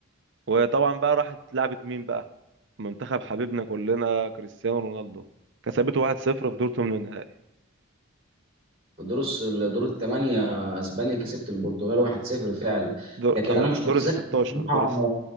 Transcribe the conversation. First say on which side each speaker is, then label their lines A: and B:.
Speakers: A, on the right (about 55°); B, on the right (about 25°).
A: وطبعا بقى راحت لعبت مين بقى منتخب حبيبنا كلنا كريستيانو رونالدو كسبته 1-0 في دور ثمن النهائي
B: في دور الس- دور الثمانيه اسبانيا كسبت البرتغال 1-0 فعلا
A: دور
B: لكن
A: آه،
B: انا مش متذكر
A: دور ال 16
B: بصراحه
A: دور الس-